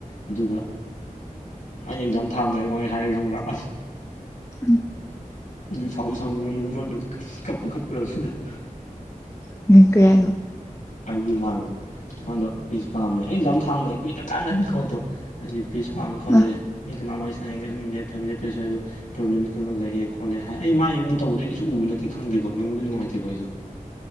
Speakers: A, on the left; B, on the left.
A: ꯑꯗꯨꯒ ꯑꯩꯅ ꯑꯦꯛꯖꯥꯝ ꯊꯝꯗꯥꯏꯗ <unintelligible> ꯈꯪꯕ꯭ꯔꯥ ꯑꯁ
B: <inaudible>
A: <unintelligible> ꯀꯁ ꯀꯞꯄꯨ ꯀꯞꯄꯨꯨꯔꯅꯤꯗ
B: <unintelligible>
A: <unintelligible> ꯃꯥꯅ ꯃꯥꯗꯣ ꯄꯤꯁ ꯄꯥꯝꯃꯦ ꯑꯩꯖꯥ ꯊꯥꯝꯗꯥ ꯀꯨꯏꯅ ꯀꯥꯟꯅꯤꯀꯣ ꯑꯗꯣ ꯍꯥꯏꯗꯤ ꯄꯤꯁ ꯄꯥꯝ ꯈꯣꯠꯂꯦ
B: ꯑ
A: ꯃꯤ ꯀꯅꯥ ꯋꯥꯔꯤ ꯁꯥꯟꯅꯤꯡꯗꯦ ꯈꯪꯅꯤꯡꯗꯦ ꯐꯦꯃꯤꯂꯤ ꯄ꯭ꯔꯦꯁꯔꯁꯨ <unintelligible> ꯈꯔ ꯂꯩꯌꯦ ꯈꯣꯠꯂꯦ ꯑꯩ ꯃꯥ ꯌꯨꯝꯗ ꯇꯧꯕꯗ ꯀꯩꯁꯨ ꯎꯕ ꯅꯠꯇꯦ ꯈꯪꯗꯦꯀꯣ ꯅꯣꯡꯕꯨꯗꯤ ꯅꯨꯡꯉꯥꯏꯇꯦꯕ ꯑꯩꯁꯨ